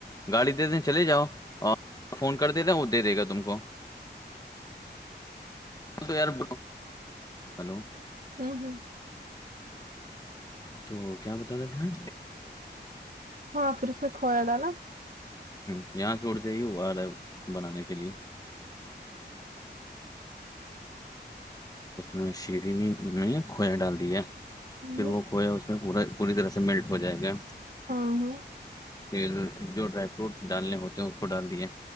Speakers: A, on the left; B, on the right.
A: گاڑی دے دیں چلے جاؤ اور فون کر دیےتے ہیں وہ دے دے گا تم کو تو یار بول ہلو
B: ہوں ہوں
A: تو کیا بتا رہا دھیان
B: ہاں پھر اسس میں کھویا ڈالا
A: ہوں یہاں چھوٹ جائیے وہ آ رہا ہے بنانے کے لیے اس میں شیری نے میں کھویا ڈال دیا
B: ہوں
A: پھر وہ کھویا اس میں پورا پوری طرح سے میلٹ ہو جائے گا
B: ہاں ہاں
A: پھر جو ڈرائی فروٹس ڈالنے ہوتے ہیں اس کو ڈال دیے